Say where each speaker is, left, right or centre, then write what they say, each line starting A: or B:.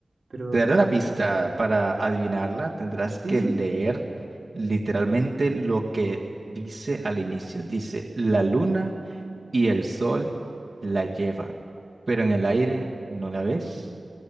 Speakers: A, on the right; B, on the right.
A: Pero
B: Te daré una pista. Para adivinarla, tendrás
A: sí,
B: que
A: sí,
B: leer literalmente lo que dice al inicio. Dice, la luna y el sol la llevan, pero en el aire no la ves.